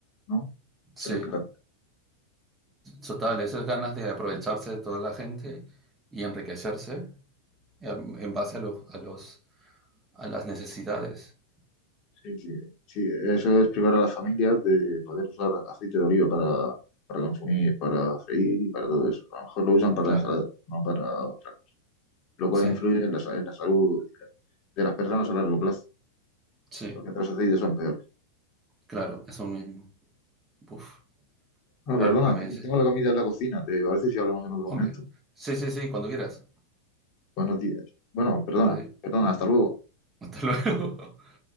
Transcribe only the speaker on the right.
sí,
total, esas ganas de aprovecharse de toda la gente y enriquecerse em, en, base a los, a los, a las necesidades.
Claro,
sí,
sí,
claro, eso mismo. Uf,
claro,
porque me
dices.
Hombre,
sí, sí, sí, cuando quieras.
Bueno, sí.
Hasta luego. <laughs>